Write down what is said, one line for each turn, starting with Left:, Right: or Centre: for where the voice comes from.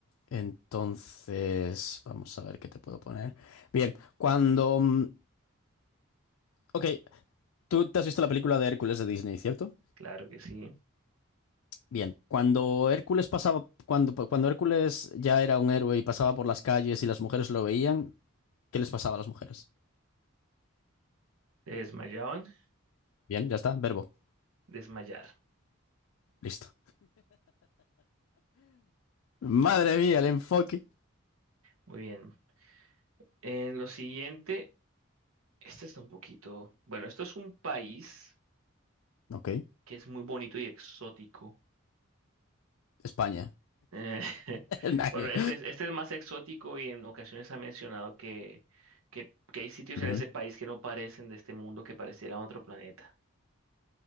Left: entonces, vamos a ver qué te puedo poner. Bien, cuando... mm, Ok, tú te has visto la película de Hércules de Disney, ¿cierto?
Right: Claro que sí.
Left: Bien, cuando Hércules pasaba, cuando, cuando Hércules ya era un héroe y pasaba por las calles y las mujeres lo veían, ¿qué les pasaba a las mujeres?
Right: Se desmayaban,
Left: Bien, ya está, verbo,
Right: desmayar.
Left: listo. Madre mía, el enfoque.
Right: Muy bien. En lo siguiente... Este está un poquito. Bueno, esto es un país
Left: Ok,
Right: que es muy bonito y exótico.
Left: España.
Right: Eh, <laughs>
Left: <laughs>
Right: bueno,
Left: Nadie.
Right: este es, este es más exótico y en ocasiones ha mencionado que, que, que hay sitios
Left: Ujú.
Right: en ese país que no parecen de este mundo, que parecieran otro planeta.